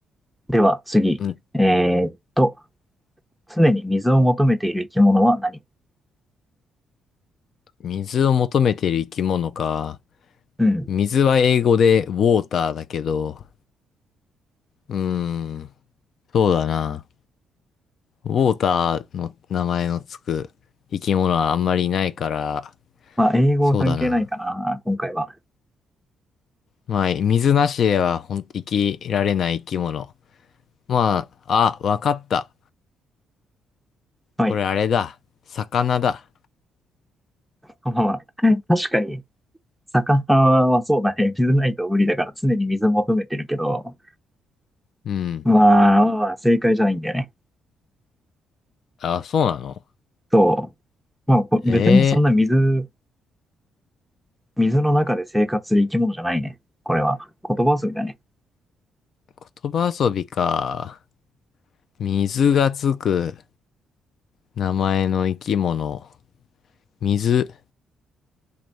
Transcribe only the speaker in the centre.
では、次。
えーっと、常に水を求めている生き物は何
うん。
まあ、英語は関係ないかな、
今回は。
はい。
まあまあ、確かに魚はそうだね。水ないと無理だから常に水求めてるけど、
まあ、まあ正解じゃないんだよね。
そう。まあ、こ別にそんな水、
水の中で生活する生き物じゃないね。これは。言葉遊びだね。